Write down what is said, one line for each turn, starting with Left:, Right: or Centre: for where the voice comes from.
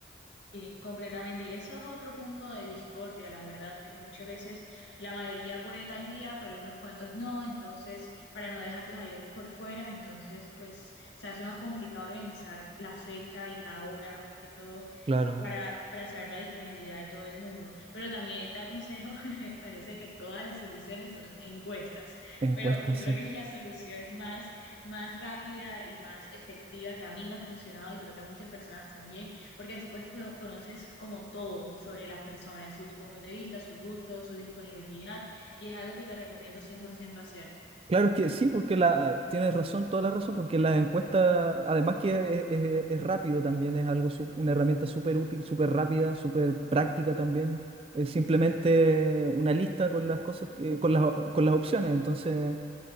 Left: Sí, completamente. Y eso es otro punto de discordia, la verdad, porque muchas veces la mayoría puede tal día, pero unos cuantos no. Entonces, para no dejarlos a ellos por fuera, entonces, pues se hace más complicado organizar la fecha y la hora, más que todo,
Right: Claro,
Left: para, para saber la disponibilidad de todo el mundo. Pero también te aconsejo, <laughs> parece que todas las soluciones son encuestas,
Right: encuesta,
Left: pero yo
Right: sí.
Left: creo que es la solución más, más rápida y más efectiva que a mí me ha funcionado y creo que a muchas personas también porque así pues co- conoces como todo sobre las personas, sus puntos de vista, sus gustos, su disponibilidad, y es algo que te recomiendo cien por ciento hacer.
Right: Claro, es que sí, porque la, eh, tienes razón, toda la razón, porque las encuestas, además que es, es- es rápido también, es algo, sup- una herramienta súper útil, súper rápida, súper práctica también. Es simplemente una lista con las cosas, que- con las, con las opciones. Entonces,